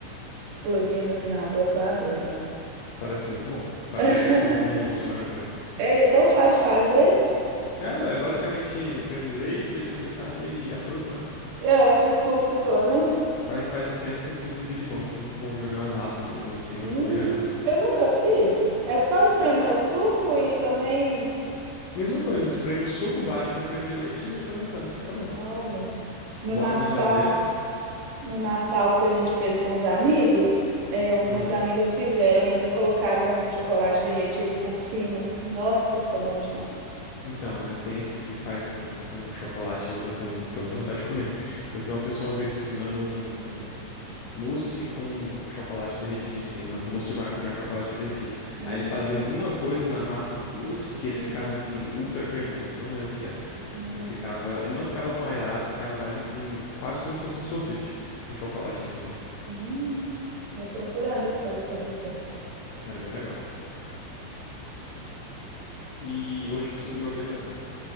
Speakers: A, on the right; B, on the left.
A: explodindo assim na boca, eu adoro.
B: Parece muito bom. Faz
A: <laughs>
B: muito tempo que eu não como almoço de maracujá.
A: É, e é tão fácil de fazer.
B: É, é basicamente creme de leite, leite condensado e a fruta, né?
A: É, o suco só, né?
B: Faz, faz um tempo que eu fiz um de limão, ficou muito bom. Joguei umas raspas de limão em cima,
A: Hum,
B: ficou bem legal.
A: eu nunca fiz. É só espremer
B: É,
A: o suco e também,
B: mesma coisa, espreme o suco, bate com creme de leite e leite condensado. Acabou.
A: olha, no
B: Bota
A: Natal.
B: na geladeira.
A: No Natal que a gente fez com os amigos, é, umas
B: Uhum.
A: amigas fizeram e ainda colocaram um chocolate derretido por cima. Nossa, ficou bom demais.
B: Então, é, tem esses que faz um com chocolate, eu, eu tenho, tenho muita vontade de comer. Eu vi uma pessoa uma vez ensinando um, um Mousse com chocolate derretido em cima. Mousse de maracujá com chocolate derretido.
A: Hum,
B: Aí ele fazia alguma coisa na massa do mousse que
A: hum,
B: ele ficava assim, ultra cremoso. Não lembro o que era.
A: hum,
B: Mas ficava. Ele não ficava tão aerado, ficava mais assim, quase como se fosse um sorvete, com chocolate em cima.
A: hum. Vou procurar depois essa receita.
B: Era bem legal. E hoje você comeu o que tanto?